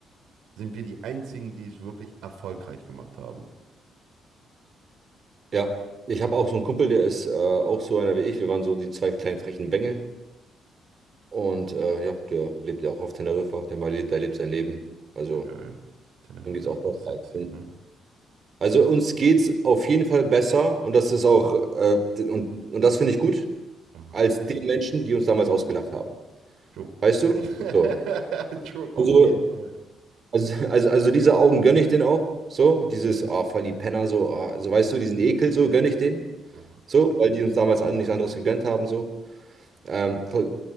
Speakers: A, on the right; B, on the right.
A: sind wir die einzigen, die es wirklich erfolgreich gemacht haben.
B: Ja, ich habe auch so einen Kumpel, der ist äh, auch so einer wie ich. Wir waren so die zwei kleinen frechen Bengel. Und äh, ja, der lebt ja auch auf Teneriffa. Der mal lebt, der lebt sein Leben. Also,
A: Geil. Teneriffa
B: ihm geht es
A: ist
B: auch besser.
A: auch sexy,
B: als mir.
A: ne?
B: Also, uns geht es auf jeden Fall besser. Und das ist auch, äh, und, und das finde ich gut,
A: Aha.
B: als den Menschen, die uns damals ausgelacht haben.
A: True.
B: Weißt du?
A: <laughs>
B: So.
A: True, auf
B: Also,
A: jeden Fall.
B: also, also, also diese Augen gönne ich denen auch. So, dieses, ah, voll die Penner, so, ah, so weißt du, diesen Ekel, so gönne ich denen.
A: Aha.
B: So, weil die uns damals an- nichts anderes gegönnt haben, so. Ähm, voll,